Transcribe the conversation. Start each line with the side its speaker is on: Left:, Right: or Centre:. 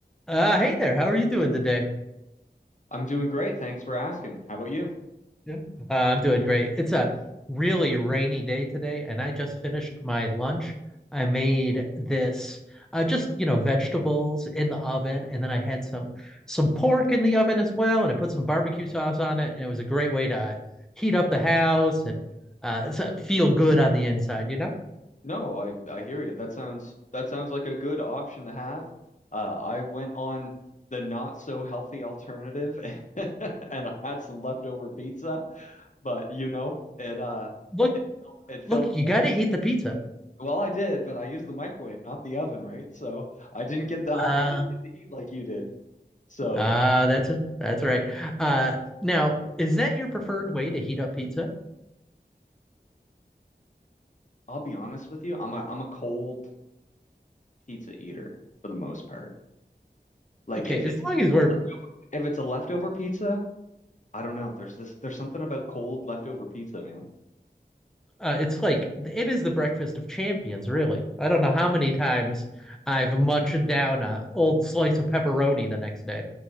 Centre: Uh, hey there. How are you doing today?
Left: I'm doing great. Thanks for asking. How about you?
Centre: Yeah. Uh, I'm doing great. It's a really rainy day today, and I just finished my lunch. I made this uh, just, you know, vegetables in the oven, and then I had some some pork in the oven as well, and I put some barbecue sauce on it, and it was a great way to heat up the house and uh, so- feel good on the inside, you know?
Left: No, I I hear you. That sounds that sounds like a good option to have. Uh, I went on the not so healthy alternative, <laughs> and I had some leftover pizza, but you know, it uh
Centre: Look,
Left: it filled, it
Centre: look,
Left: filled the
Centre: you
Left: hole.
Centre: got to eat the pizza.
Left: Well, I did, but I used the microwave, not the oven, right? So I didn't get the I
Centre: Uh,
Left: didn't get the heat like you did. So
Centre: ah, that's that's right. Uh, now, is that your preferred way to heat up pizza?
Left: I'll be honest with you, I'm a I'm a cold pizza eater for the most part. Like
Centre: Okay,
Left: if
Centre: as
Left: it's
Centre: long
Left: if it's
Centre: as we're,
Left: a leftover, if it's a leftover pizza. I don't know. There's this there's something about cold leftover pizza, man.
Centre: uh, it's like it is the breakfast of champions, really. I don't know how many times I've munched down a old slice of pepperoni the next day.